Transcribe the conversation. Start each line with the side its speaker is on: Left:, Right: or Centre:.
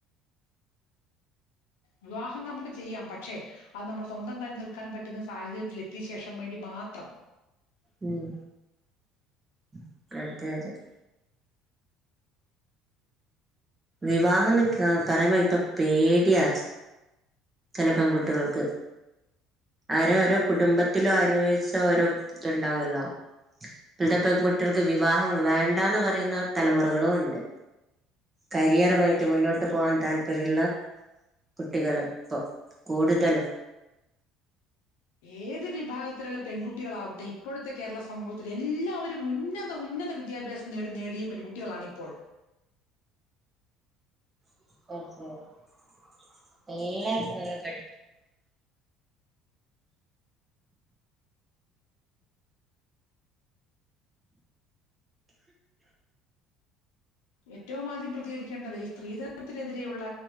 Left: വിവാഹം നമുക്ക് ചെയ്യാം പക്ഷെ അത് നമ്മൾ സ്വന്തം കാലിൽ നിൽക്കാൻ പറ്റുന്ന സാഹചര്യത്തിൽ എത്തിയ ശേഷം വേണ്ടി മാത്രം
Right: ഉമ് <unintelligible> വിവാഹമെന്നു ക് പറയുമ്പ ഇപ്പം പേടിയാ ചില പെൺകുട്ടികൾക്ക് അവരെ ഓരോ കുടുംബത്തിലും അനുഭവിച്ച ഓരോ ഇതുണ്ടാവുമല്ലോ ഇപ്പഴത്തെ പെൺകുട്ടികൾക്ക് വിവാഹം വേണ്ടാന്നുപറയുന്ന തലമുറകളുമുണ്ട് കരിയറുമായിട്ട് മുന്നോട്ടുപോകാൻ താല്പര്യമുള്ള കുട്ടികൾ ഇപ്പൊ കൂടുതല്
Left: ഏതുവിഭാഗം ത്തിലുള്ള പെൺകുട്ടികളാകട്ടെ ഇപ് ഇപ്പോഴത്തെ കേരള സമൂഹത്തിലെ എല്ലാവ രും ഉന്നത ഉന്നത വിദ്യാഭ്യാസം നേടൂ നേടിയ പെൺകുട്ട് കുട്ടികളാണിപ്പോൾ
Right: <inaudible> <unintelligible>
Left: ഏറ്റവും ആദ്യം പ്രേതികരിക്കേണ്ടത് ഈ സ്ത്രീധനത്തിനെതിരെയുള്ള